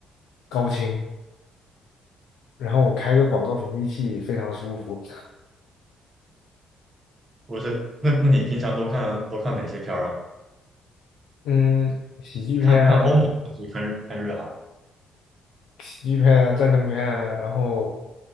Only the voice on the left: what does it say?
高清，然后我开个广告屏蔽器非常舒服。
嗯，喜剧片啊
喜剧片啊、战争片啊，然后